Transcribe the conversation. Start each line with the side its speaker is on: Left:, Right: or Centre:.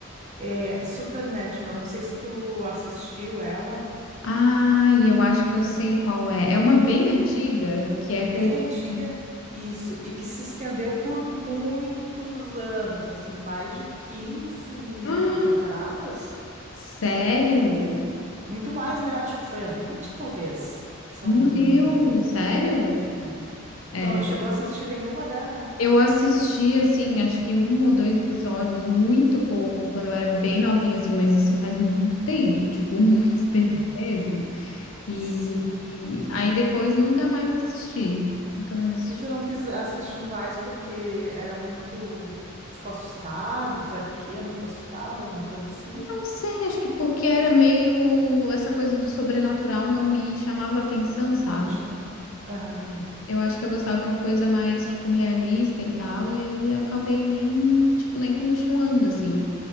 Right: é Supernatural. Não sei se tu assistiu ela.
Left: Ai, eu acho que eu sei qual é. É uma bem antiga que é com.
Right: Bem antiga,
Left: <gasps>
Right: isso. E que se estendeu por muitos anos, assim, mais de quinze
Left: Ah,
Right: temporadas?
Left: Sério?
Right: Muito mais, né? Acho que foi a 20, talvez, se
Left: Meu
Right: eu não tô
Left: Deus,
Right: me engano.
Left: sério?
Right: É.
Left: É,
Right: Tu não
Left: não.
Right: chegou a assistir nenhuma dela?
Left: Eu assisti, assim, acho que um ou dois episódios, muito pouco, quando eu era bem novinha, assim, mas isso faz muito tempo, tipo, <laughs> muito tempo
Right: É,
Left: mesmo. E,
Right: sim.
Left: e aí depois nunca mais assisti. Nunca mais assisti.
Right: E tu não quis assistir mais porque era muito. Ficou assustada? Tu era pequena, ficou assustada, alguma coisa assim?
Left: Não sei, acho que porque era meio essa coisa do sobrenatural não me chamava atenção, sabe?
Right: Não te chamar. Aham,
Left: Eu acho que eu gostava de uma coisa mais, tipo, realista e tal, e aí eu acabei nem, tipo, nem continuando, assim.